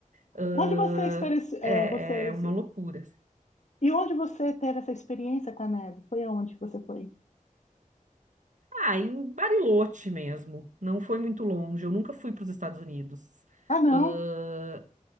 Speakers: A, on the right (about 65°); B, on the left (about 60°).
A: Ahn,
B: Onde você, experienci- é,
A: é,
B: você
A: é uma loucura. assim.
B: e onde você teve essa experiência com a neve? Foi aonde que você foi?
A: Ah, em Bariloche mesmo. Não foi muito longe. Eu nunca fui para os Estados Unidos.
B: Ah, não,
A: Ahn,